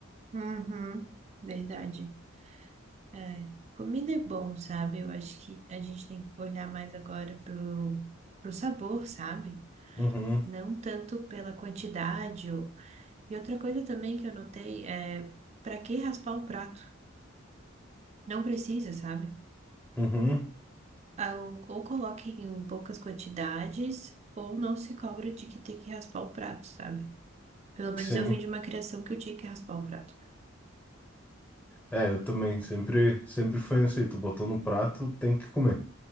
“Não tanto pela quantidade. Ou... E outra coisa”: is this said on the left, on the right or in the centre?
Right